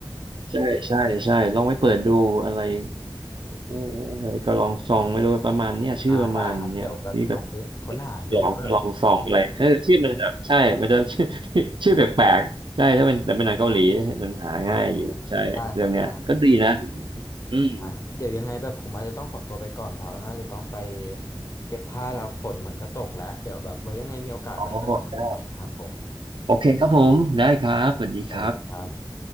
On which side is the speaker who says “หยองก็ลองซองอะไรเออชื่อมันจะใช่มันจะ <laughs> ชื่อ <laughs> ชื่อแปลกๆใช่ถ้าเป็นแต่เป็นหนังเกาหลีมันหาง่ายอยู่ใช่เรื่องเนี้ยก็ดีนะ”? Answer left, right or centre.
Right